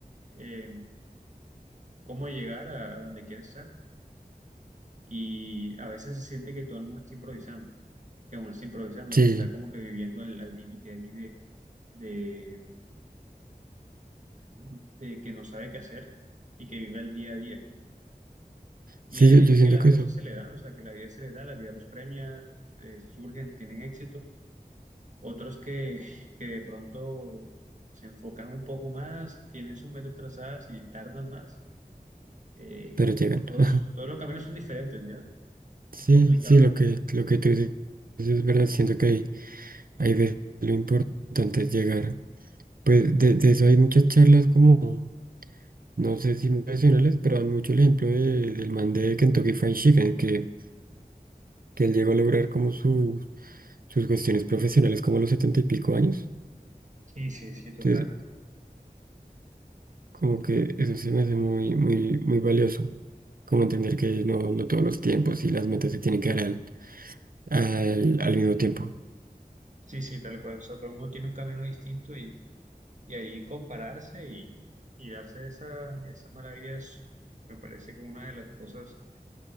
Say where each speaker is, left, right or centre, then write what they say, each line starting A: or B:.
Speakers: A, on the right; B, on the right.
A: eh, cómo llegar a, a donde quiere estar y a veces se siente que todo el mundo está improvisando, que uno está improvisando
B: Sí,
A: y que está como que viviendo al al límite ahí de de de que no sabe qué hacer y que vive el día a día. Y
B: sí,
A: hay
B: yo,
A: gente
B: yo siento
A: que las
B: que
A: cosas
B: eso,
A: se le dan, o sea, que la vida se le da, la vida los premia, eh, surgen, tienen éxito. Otros que, <laughs> que de pronto se enfocan un poco más, tienen sus metas trazadas y tardan más. Eh,
B: pero llegan.
A: todos,
B: <laughs>
A: todos los caminos son diferentes, ya,
B: Sí,
A: Es complicado.
B: sí, lo que, lo que tú dices es verdad, siento que hay, hay veces lo importante es llegar. Pues de, de eso hay muchas charlas como, no sé si profesionales, pero dan mucho el ejemplo de- del man de Kentucky Fried Chicken, que, que él llegó a lograr como su, sus cuestiones profesionales como a los setenta y pico años.
A: Sí, sí, sí, total.
B: Entonces, Como que eso se me hace muy, muy, muy valioso. Como entender que no, no todos los tiempos y las metas se tienen que dar al, al, al mismo tiempo.
A: Sí, sí, tal cual. O sea, todo el mundo tiene un camino distinto y, y ahí compararse y, y darse esa, esa maravilla es- me parece que una de las cosas